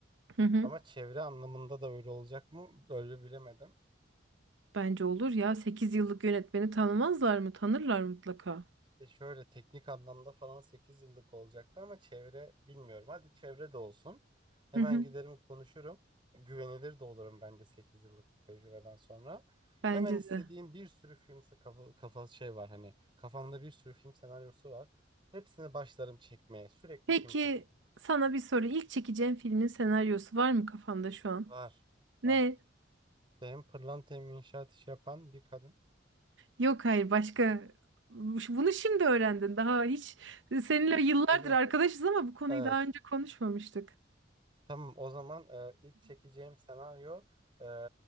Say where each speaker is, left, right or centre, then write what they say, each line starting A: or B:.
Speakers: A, on the right; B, on the right.
A: Hı hı.
B: ama çevre anlamında da öyle olacak mı? Böyle bilemedim.
A: Bence olur ya. sekiz yıllık yönetmeni tanımazlar mı? Tanırlar mutlaka.
B: İşte şöyle teknik anlamda falan 8 yıllık olacaktı ama çevre bilmiyorum. Hadi çevre de olsun. Hemen
A: Hı hı.
B: giderim konuşurum. Güvenilir de olurum bence 8 yıllık tecrübeden sonra.
A: Bence
B: Hemen istediğim
A: de.
B: bir sürü film kafa, kafa şey var hani kafamda bir sürü film senaryosu var. Hepsini başlarım çekmeye. Sürekli
A: Peki
B: film çekerim.
A: sana bir soru. İlk çekeceğin filmin senaryosu var mı kafanda şu an?
B: Var. Var.
A: Ne?
B: Hem pırlanta hem inşaat işi yapan bir kadın.
A: Yok hayır başka. Bunu şimdi öğrendin. Daha hiç e, seninle
B: İlk,
A: yıllardır
B: eh,
A: arkadaşız ama bu konuyu
B: Evet.
A: daha önce konuşmamıştık.
B: Tamam o zaman e, ilk çekeceğim senaryo e,